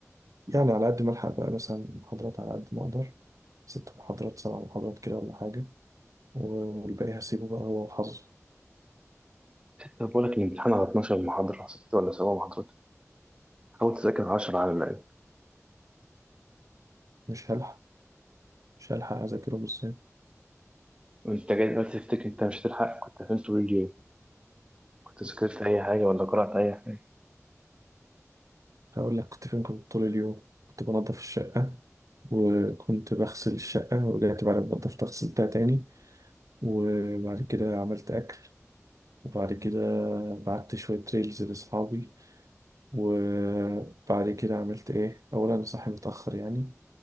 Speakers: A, on the right; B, on the right.
A: يعني على قد ما ألحق بقى مثلا محاضرات على قد ما أقدر ست محاضرات سبع محاضرات كده ولا حاجة والباقي هسيبه بقى هو وحظه
B: طب بقول لك الامتحان على 12 محاضرة ست ولا سبع محاضرات حاول تذاكر 10 على الأقل
A: مش هلحق مش هلحق أذاكرهم إزاي
B: وأنت جاي دلوقتي تفتكر أنت مش هتلحق كنت فين طول اليوم كنت ذاكرت أي حاجة ولا قرأت أي حاجة
A: هقول لك كنت فين كنت طول اليوم كنت بنظف الشقة وكنت بغسل الشقة ورجعت بعد ما نضفتها غسلتها تاني وبعد كده عملت أكل وبعد كده بعت شوية ريلز لأصحابي وبعد كده عملت إيه أولا أنا صاحي متأخر يعني